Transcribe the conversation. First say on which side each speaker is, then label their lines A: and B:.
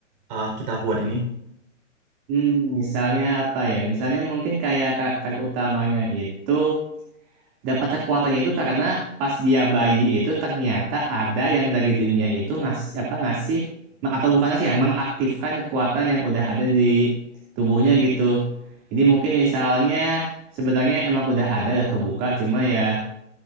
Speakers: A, on the right; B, on the right.
A: eh, kita buat ini?
B: Hmm, misalnya apa ya? Misalnya mungkin kayak karakter utamanya itu Dapat kekuatannya itu karena pas dia bayi itu ternyata ada yang dari dunia itu ngasih apa ngasih ma- atau bukan ngasih ya mengaktifkan kekuatan yang udah ada di tubuhnya gitu. Jadi mungkin misalnya sebenarnya emang udah ada udah kebuka cuma ya